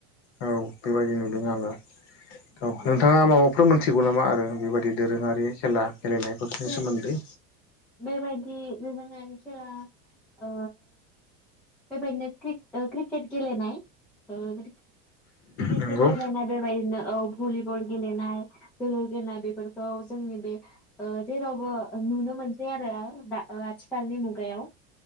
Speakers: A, on the left; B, in the centre.
A: औ बेबायदि नुदों आङो। औ
B: औ
A: नोंथाङा माबा बेफोर मिथिगौ नामा आरो बेबायदि दोरोङारि खेला गेलेनायफोरनि
B: बे
A: सोमोन्दै
B: बेबायदि दोरोंआरि खेला ओ बेबायदिनो क्रिक ओ क्रिकेट गेलेनाय ओ क्रिकेट
A: नंगौ
B: गेलेना बेबायदिनो औ भलिबल गेलेनाय जोलुर गेलेनाय बेफोरखौ जोंनि बे जेरावबो नुनो मोनसै आरो ओ दा आथिखालनि मुगायाव